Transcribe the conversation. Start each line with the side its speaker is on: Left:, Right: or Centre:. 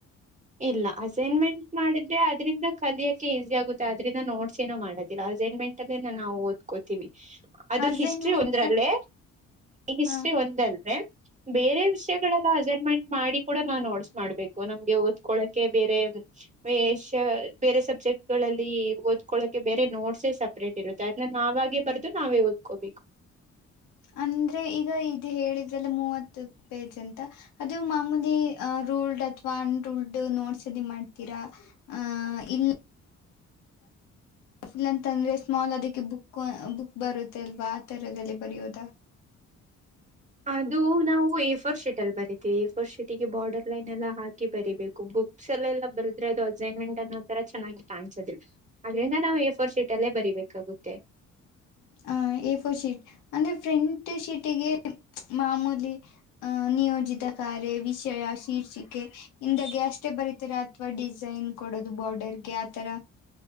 Right: ಇಲ್ಲ ಅಸೈನ್ಮೆಂಟ್ ಮಾಡಿದ್ರೆ ಅದ್ರಿಂದ ಕಲಿಯಕ್ಕೆೆ ಈಸಿ ಆಗುತ್ತೆ ಅದ್ರಿಂದ ನೋಟ್ಸ್ ಏನೋ ಮಾಡಲ್ ಅಸೈನ್ ಮೆಂಟ್ ಅಲ್ಲಿ ನಾವು ಓದ್ಕೋತೀವಿ ಅದು
Left: ಅಸೈನ್ಮೆಂಟ್
Right: ಹಿಸ್ಟ್ರಿ ಒಂದ್ರಲ್ಲೇ ಹಿಸ್ಟ್ರಿ
Left: ಹ
Right: ಒಂದ್ರಲ್ಲೇ ಬೇರೆ ವಿಷಯಗಳೆಲ್ಲ ಅಸೈನ್ಮೆಂಟ್ ಮಾಡಿ ಕೂಡ ನಾವು ನೋಟ್ಸ್ ಮಾಡ್ಬೇಕು ನಮ್ ಓದ್ಕೊಳ್ಳಕ್ಕೆ ಬೇರೆ ವಿಷಯ ಬೇರೆ ಸಬ್ಜೆಕ್ಟ್ಗಳಲ್ಲಿ ಓದ್ಕೊಳ್ಳಕ್ಕೆ ಬೇರೆ ನೋಟ್ಸೇ ಸಪ್ರೇಟ್ ಇರುತ್ತೆ ಅದನ್ನ ನಾವಾಗೇ ಬರ್ದು ನಾವೇ ಓದ್ಕೋಬೇಕು
Left: ಅಂದ್ರೆ ಈಗ ಇದು ಹೇಳಿದ್ರಲ್ಲ ಮೂವತ್ತು ಪೇಜ್ ಅಂತ ಅದು ಮಾಮೂಲಿ ಆ ರೂಲ್ಡ್ ಅಥವಾ ಅನ್ ರೂಲ್ಡ್ ನೋಟ್ಸ್ ಅದು ಮಾಡ್ತೀರಾ ಅಹ ಇಲ್ಲ್ ಪುಲ್ ಅಂತ ಅಂದ್ರೆ ಸ್ಮಾಲ್ ಅದಕ್ಕೆ ಬುಕ್ ಬುಕ್ ಬರುತ್ತೆ ಅಲ್ವಾ ಆತರದಲ್ಲಿ ಬರೆಯೋದಾ <unintelligible>
Right: ಅದು ನಾವು ಎ ಫೋರ್ ಶೀಟ್ ಅಲ್ಲಿ ಬರಿತೀವಿ ಎ ಪೋರ್ ಶೀಟ್ ಗೆ ಬಾರ್ಡರ್ ಲೈನ್ ಎಲ್ಲಾ ಹಾಕಿ ಬರಿಬೇಕು ಬುಕ್ಸ್ ಎಲ್ಲೆಲ್ಲಾ ಬರೆದ್ರೆ ಅದು ಅಸೈನ್ಮೆಂಟ್ ಅನ್ನೋ ತರ ಚೆನ್ನಾಗಿ ಕಾಣಸೋದಿಲ್ಲ ಅದ್ರಿಂದ ನಾವು ಎ ಫೋರ್ ಶೀಟ್ ಅಲ್ಲೇ ಬರಿಬೇಕಾಗುತ್ತೆ.
Left: ಹ ಎಫೋರ್ ಶೀಟ್ ಅಂದ್ರೆ ಫ್ರೆಂಟ್ ಶೀಟಿಗೆ ಮಾಮೂಲಿ ಹ ನಿಯೋಜಿತ ಕಾರ್ಯ ವಿಷಯ ಶೀರ್ಷಿಕೆ ಇಂದಾಗ ಅಷ್ಟೇ ಬರಿತ್ತೀರ ಅಥವಾ ಡಿಸೈನ್ ಕೊಡೋದು ಬಾರ್ಡರ್ ಗೆ ಆತರ